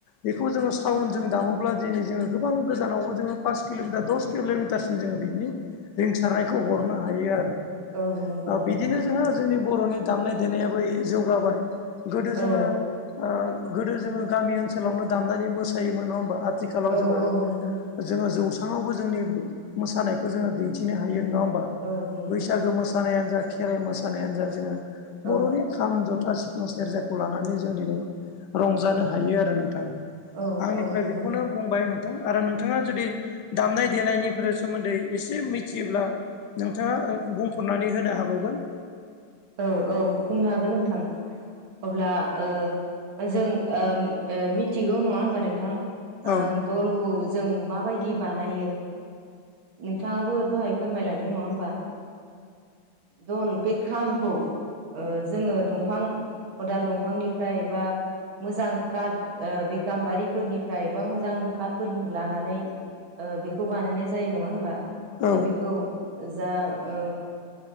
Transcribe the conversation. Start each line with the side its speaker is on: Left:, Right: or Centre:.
Left: बेखौ जोङो साउन्ड जों दामोब्ला दिनै जोङो गोबां गोजानावबो जोङो पास किल'मिटार दस किल'मिटारसिम जोङो बिनि रिंसारनायखौ हरनो हायो आरो।
Right: औ नंगौ नोंथां
Left: बिदिनो
Right: नंगौ
Left: जोो जोंनि बर'नि दामनाय देनायाबो जौगाबाय गोदो जोङो
Right: औ
Left: ओ गोदो जोङो गामि ओनसोलावनो दामनानै मोसायोमोन नङा होमबा? आथिखालाव
Right: औ
Left: जोङो,
Right: औ नंगौ नोंथां
Left: जोङो जौसङावबो जोंनि मोसानायखौ जोङो दिन्थि नो हायो
Right: नुनो
Left: नङा होमबा
Right: औ नंगौ
Left: बैसागो
Right: नोंथां
Left: मोस-' मोसानायानो जा खेराइ मोसानायानो जा जोङो बर'नि
Right: औ
Left: खाम जथा सि फुं सेरजाखौ लानानै जों दिनै रंजानो हायो आरो नोंथां।
Right: औ
Left: आंनिफ्राय
Right: औ नंगौ
Left: बेखौनो
Right: नोंथां
Left: बुंबाय। आरो नोंथाङा जुदि दामनाय देनायनिफोर सोमोन्दै एसे मिथियोब्ला नोंथाङा ओ बुंफोरनानै होनो हाबावगोन।
Right: औ औ बुंनो हागोन नोंथां। अब्ला ओ जों ओ -ओ मिथिगौ नङा होनोमबा नोंथां
Left: औ
Right: ओ दल खौ जों माबायदि बानायो नोंथाङाबो दहाय फोरमायलांदों नङा होमबा। दल बे खाम खौ ओ जोङो दंफां अदाल दंफांनिफ्राय बा मोजां काट बे गाम्बारिफोरनिफ्राय बा मोजां काटफोरनि लानानै ओ बेखौ बानायनाय जायो नङा होनबा
Left: औ
Right: ओ बेखौ जा ओ